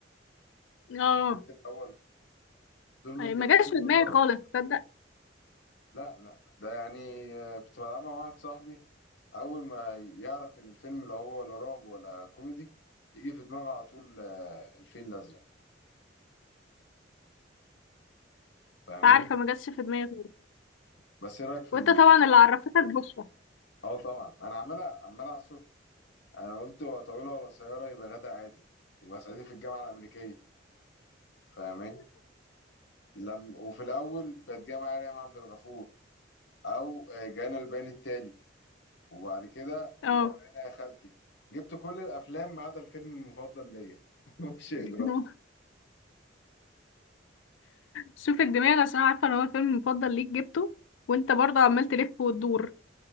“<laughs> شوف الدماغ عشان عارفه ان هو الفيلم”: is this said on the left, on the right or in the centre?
Left